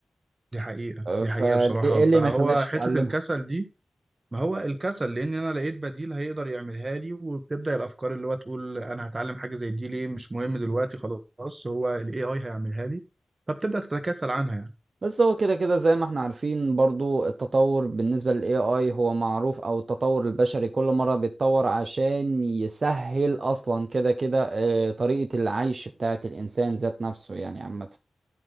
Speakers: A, on the right (about 55°); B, on the right (about 80°).
A: دي حقيقه
B: أه،
A: دي
B: فليه
A: حقيقه بصراحه
B: ايه
A: فهو
B: اللي ما يخليكش
A: حته
B: تتعلمها
A: الكسل دي ما هو الكسل لان انا لقيت بديل هيقدر يعملها لي وبتبدا الافكار اللي هو تقول انا هتعلم حاجه زي دي ليه مش مهم دلوقتي خلاص هو الاي اي هيعملها لي فبتبدا تتكتل عنها يعني
B: بس هو كده كده زي ما احنا عارفين برضو التطور بالنسبة لل AI هو معروف او التطور البشري كل مرة بيتطور عشان يسهل اصلا كده كده آه، طريقة العيش بتاعة الانسان ذات نفسه يعني عامة